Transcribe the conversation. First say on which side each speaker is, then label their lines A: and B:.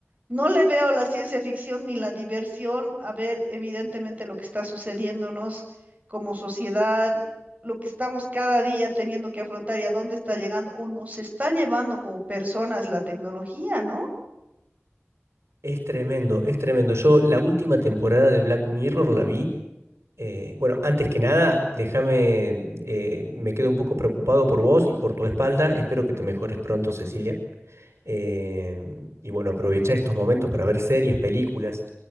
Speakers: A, on the right; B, on the right.
A: no le veo la ciencia ficción ni la diversión a ver evidentemente lo que está sucediéndonos como sociedad, lo que estamos cada día teniendo que afrontar y a dónde está llegando o nos está llevando como personas la tecnología, ¿no?
B: Es tremendo, es tremendo. Yo la última temporada de Black Mirror la vi. eh, bueno, antes que nada, déjame, eh, me quedo un poco preocupado por vos y por tu espalda. Espero que te mejores pronto, Cecilia. Eh, y bueno, aprovecha estos momentos para ver series, películas,